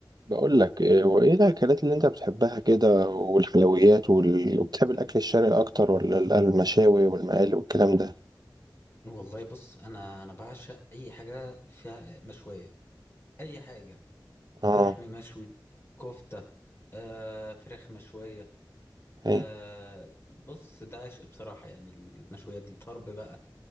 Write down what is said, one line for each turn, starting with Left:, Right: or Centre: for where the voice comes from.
Right: بقول لك إيه- وايه الاكلات اللي انت بتحبها كده والحلويات وال... وبتحب الاكل الشرقي اكتر ولا ال- المشاوي والمقالي والكلام ده
Left: والله بص انا انا بعشق اي حاجه فيها مشويه اي حاجه
Right: اه
Left: لحم مشوي كفته آه فراخ مشويه آه
Right: اي
Left: بص ده عشق بصراحه يعني المشويات دي طرب بقى